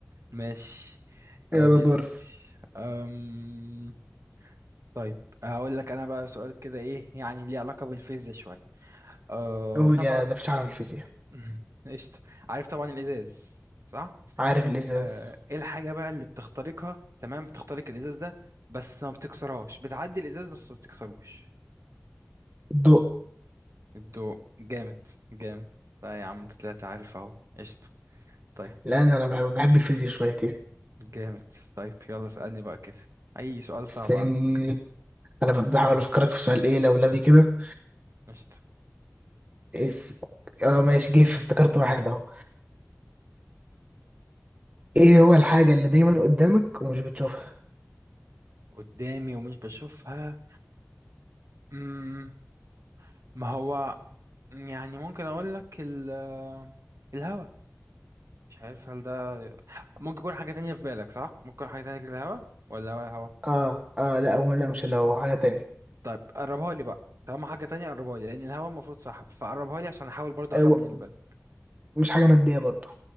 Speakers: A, on the right; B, on the right.
A: ماشي طيب
B: يلا
A: يا
B: دور
A: سيدي أم... طيب هقول لك انا بقى سؤال كده ايه يعني ليه علاقة بالفيزياء شوية أه...
B: قول
A: طبعا
B: يا ده مفيش عالم الفيزياء
A: <laughs> قشطة عارف طبعا الازاز صح
B: عارف الازاز
A: أه... ايه الحاجة بقى اللي بتخترقها تمام بتخترق الازاز ده بس ما بتكسرهاش بتعدي الازاز بس ما بتكسروش
B: الضوء
A: الضوء جامد جامد لا يا عم انت طلعت عارف اهو قشطة طيب
B: لان انا بحب الفيزياء شويتين
A: جامد طيب يلا اسألني بقى كده اي سؤال صعب
B: استني
A: عندك
B: انا بحاول افكرك في سؤال ايه لولبي كده
A: قشطة
B: اس اه ماشي جه في- افتكرت واحد اهو ايه هو الحاجة اللي دايما قدامك ومش بتشوفها
A: قدامي ومش بشوفها مم. ما هو يعني ممكن اقول لك ال الهوا مش عارف هل ده ممكن يكون حاجة تانية في بالك صح ممكن يكون حاجة تانية غير الهوا ولا هو الهوا
B: اه اه لا هو لا مش لو حاجة تانية
A: طيب قربها لي بقى طالما حاجة تانية قربها لي لأن الهوا المفروض صح فقربها لي عشان أحاول برضه
B: أيوة.
A: أخمن اللي في بالك
B: مش حاجة مادية برضو